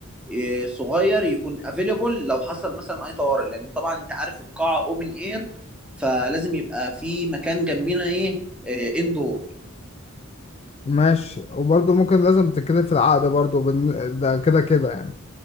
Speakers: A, in the centre; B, on the left.
A: إيه، صغير يكون افيلبل لو حصل مثلا اي طوارئ لان طبعا انت عارف القاعه اوبن اير فلازم يبقى في مكان جنبينا ايه اندور
B: ماشي وبرضه ممكن لازم تتكلم في العقد برضه بالن- ده كده كده يعني